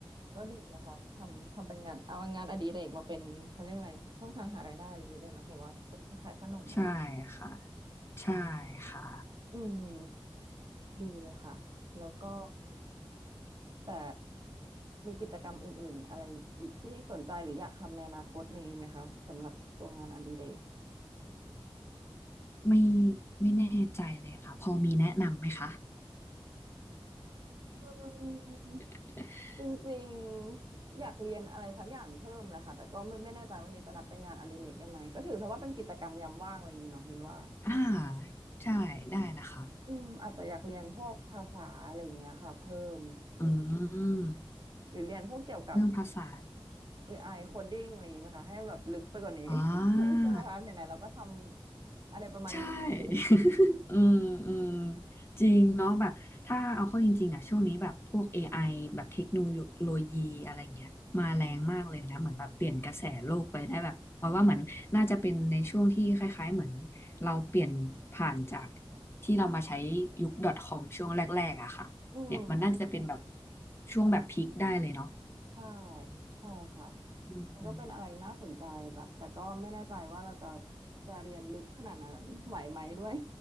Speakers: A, on the right; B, on the left.
A: ก็ดีนะคะทำทำเป็นงานเอางานอดิเรกมาเป็นเขาเรียกอะไรช่องทางหารายได้อะไรอย่างนี้ด้วยเนาะแบบว่าถ้าขายขนมอะไร
B: ใช่ค่ะใช่ค่ะ
A: อืมดีเลยค่ะแล้วก็แต่มีกิจกรรมอื่นๆอะไรอีกที่สนใจหรืออยากทำในอนาคตอะไรอย่างนี้ไหมคะสำหรับตัวงานอดิเรก
B: ไม่ไม่แน่ใจเลยค่ะพอมีแนะนำไหมคะ
A: อืม
B: <laughs>
A: จริงๆอยากเรียนอะไรสักอย่างเพิ่มแหละค่ะแต่ก็ไม่ไม่แน่ใจวันนี้จะนับเป็นงานอดิเรกได้ไหมก็ถือซะว่าเป็นกิจกรรมยามว่างอะไรอย่างงี้เนาะมินว่า
B: อ่าใช่ได้นะคะ
A: อืมอาจจะอยากเรียนพวกภาษาอะไรอย่างเงี้ยค่ะเพิ่มอืม
B: อืม
A: หรือเรียนพวกเกี่ยวกับ
B: เรื่องภาษา
A: AI coding อะไรอย่างงี้ไหมคะให้แบบลึกไปกว่านี้
B: อ่
A: <laughs>
B: า
A: ใช่ไหมคะไหนๆเราก็ทำอะไรประมาณนี้ก็อยู่
B: ใช่ <laughs> อืมอืมจริงเนาะแบบถ้าเอาเข้าจริงๆอ่ะช่วงนี้แบบพวก AI แบบเทคโนโลยีอะไรเงี้ยมาแรงมากเลยนะเหมือนแบบเปลี่ยนกระแสโลกไปได้แบบเพราะว่าเหมือนน่าจะเป็นในช่วงที่คล้ายๆเหมือนเราเปลี่ยนผ่านจากที่เรามาใช้ยุค .com ช่วงแรกๆอะค่ะเนี่ยมันน่าจะเป็นแบบ
A: อืม
B: ช่วงแบบพีคได้เลยเนาะ
A: ใช่ใช่ค่ะ
B: อืม
A: ริงๆก็เป็นอะไรน่าสนใจแบบแต่ก็ไม่แน่ใจว่าเราจะจะเรียนลึกขนาดนั้นไหวไหมด้วย